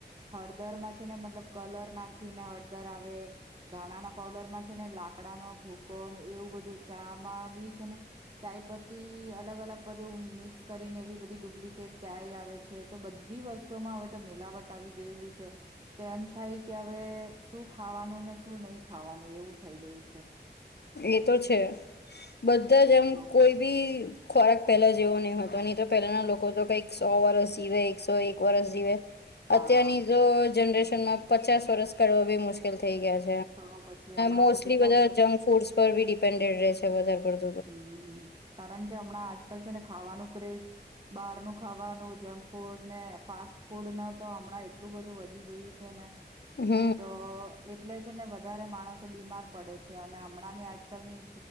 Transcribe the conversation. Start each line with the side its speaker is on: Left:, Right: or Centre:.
Right: હળદરમાં છે ને મતલબ કલર નાખી ને હળદર આવે ધાણા ના પાવડરમાં છે ને લાકડાનો ભૂકો ને એવું બધું ચા મા બી છે ને ચાયપત્તી અલગ અલગ બધું મિક્સ કરીને એવી બધી ડુપ્લિકેટ ચાય આવે છે તો બ બધી વસ્તુમાં હવે તો મીલાવટ આવી ગયેલું છે તો એમ થાય કે હવે શું ખાવાનું ને શું નહી ખાવાનું એવું થઈ ગયું છે
Left: એ તો છે બધા જ એમ
Right: તો
Left: કોઈ બી ખોરાક પહેલા જેવો નહી હતો નહી તો પેલાના લોકો તો કઈક સો વર્ષ જીવે. એકસો એક વરસ જીવે.
Right: હા
Left: અત્યારની જો જનરેશન માં પચાસ વરસ કરવ બી મુશ્કેલ થઈ ગયા છે.
Right: તો પછી હમણાં
Left: મોસ્ટલી
Right: તો કેટલા
Left: બધા જંક ફૂડ પર બી ડિપેન્ડેડ છે વધારે પડતા.
Right: હમ કારણ કે હમણાં આજકાલ છે ને ખાવાનું ક્રેઝ બહારનું ખાવાનું જંક ફૂડ ને ફાસ્ટ ફૂડ ન તો હમણાં એટલું બધું વધી ગયું છે ને.
Left: હમ
Right: તો એટલે છે ને વધારે માણસ બીમાર પડે છે અને હમણાં ની આજકાલની